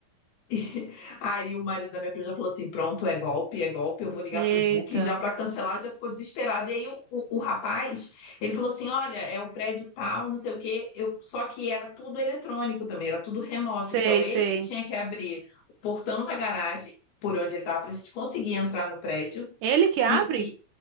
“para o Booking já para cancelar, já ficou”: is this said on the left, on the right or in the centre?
Left